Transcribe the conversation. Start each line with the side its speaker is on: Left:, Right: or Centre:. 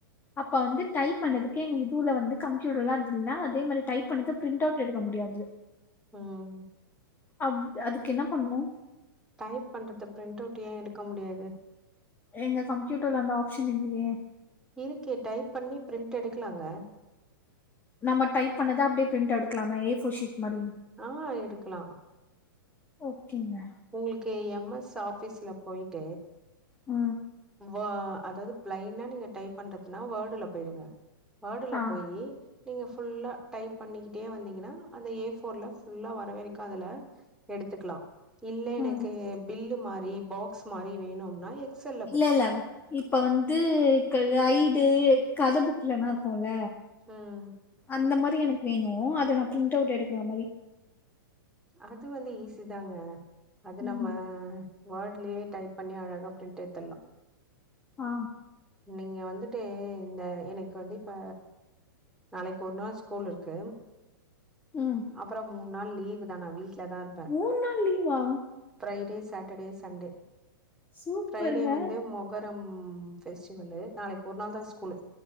Left: அப்ப வந்து டைப் பண்ணதுக்கு எங்க இதூல வந்து கம்ப்யூட்டர் எல்லா இல்லயா அதே மாரி டைப் பண்றது பிரிண்ட் அவுட் எடுக்க முடியாது
Centre: ம்
Left: அவ் அதுக்கு என்ன பண்ணு
Centre: டைப் பண்றது பிரிண்ட் அவுட் ஏ எடுக்க முடியாது
Left: எங்க கம்ப்யூட்டர்ல அந்த ஆப்ஷன் இல்லையே
Centre: இருக்கே டைப் பண்ணி பிரிண்டட் எடுக்கலாங்க
Left: நம்ம டைப் பண்ணத அப்டியே பிரிண்ட்டு எடுக்கலாமா ஏஃபோர் ஷீ்ட் மாதிரி
Centre: ஆ எடுக்கலா
Left: ஓகேங்க
Centre: உங்களுக்கு எம் எஸ் ஆஃபீஸ்ல போயிட்டு
Left: ஆ
Centre: ஓ அதாவ்து பிளைனா நீங்க டைப் பண்றதுன்னா வேர்டுல போயி்டுங்க வேர்டுல
Left: ஆ
Centre: போயி நீங்க ஃபுல்லா டைப் பண்ணிக்கிட்டே வந்தீங்கன்னா அந்த ஏ போஃர்ல ஃபுல்லா வரவேக்கு அதுல எடுத்துக்கலா இல்ல எனக்கு
Left: ம்
Centre: பில் மாரி பாக்ஸ் மாரி வேணும்னா எக்ஸல்
Left: இல்ல இல்ல இப்ப வந்து க கைடு கத புக்லனா இருக்கும்ல
Centre: ம்
Left: அந்த மாரி எனக்கு வேணு அத நா பிரிண்ட் அவுட் எடுக்கற மாரி
Centre: அது வந்து ஈஸி தாங்க அது
Left: ம்
Centre: நம்ம வேர்ட்லயே டைப் பண்ணி அழகா பிரிண்ட்டு எடுத்துடலா
Left: ஆ
Centre: நீங்க வந்துட்டு இந்த எனக்கு வந்து இப்ப நாளைக்கு ஒரு நாள் ஸ்கூல் இருக்கு
Left: ம்
Centre: அப்றோ மூணு நாள் லீவ் தான வீட்டுல தா இரு
Left: மூணு நாள் லீவா
Centre: ஃப்ரைடே சாட்டர்டே சண்டே
Left: சூப்பருங்க
Centre: ஃப்ரைடே வந்து மொ மொஹரம் பெஸ்டிவலு நாளைக்கு ஒரு நாள் தா ஸ்கூலு